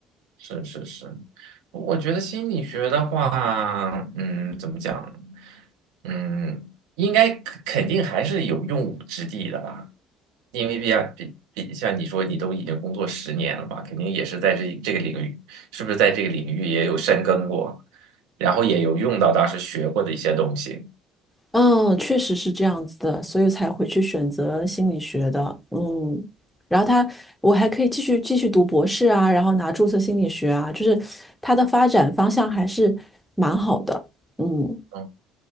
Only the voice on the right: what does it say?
是是是，我觉得心理学的话，嗯，怎么讲，嗯，应该肯肯定还是有用武之地的吧，因为比竟比比像你说你都已经工作十年了吧，肯定也是在这这个领域，是不是在这个领域也有深耕过，然后也有用到当时学过的一些东西。
嗯